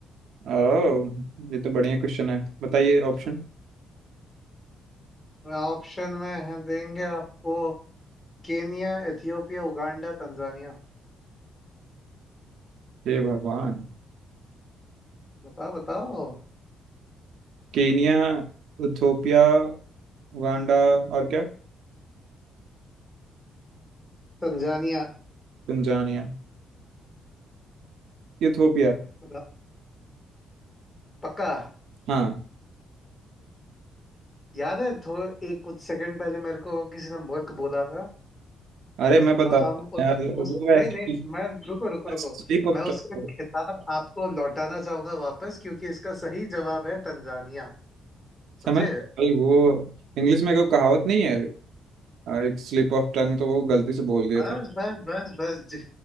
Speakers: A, on the right; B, on the left.
A: ओह ये तो बढ़िया क्वेश्चन है बताइए ऑप्शन
B: ऑप्शन में है देंगे आपको Kenya Ethiopia Uganda Tanzania
A: हे भगवान
B: बताओ बताओ
A: केनिया इथोपिया उगांडा और क्या
B: तंजानिया
A: तंजानिया इथोपिया
B: बताओ पक्का
A: हाँ
B: याद है थोड़ा एक कुछ सेकंड पहले मेरे को किसी ने मुल्क बोला था
A: अरे मैं बताता
B: तो हम
A: हूँ
B: उस,
A: यार
B: उस
A: वो ऐसे
B: नहीं नहीं मैं रुको रुको रुको
A: स्लिप ऑफ
B: मैं उसका
A: टंग
B: खिताब आपको लौटाना चाहूंगा वापस क्योंकि इसका सही जवाब है तंजानिया समझे
A: समझ भाई वो इंग्लिश में कोई कहावत नहीं है आ, एक स्लिप ऑफ टंग तो वो गलती से बोल दिया
B: बस
A: था
B: बस बस बस जि-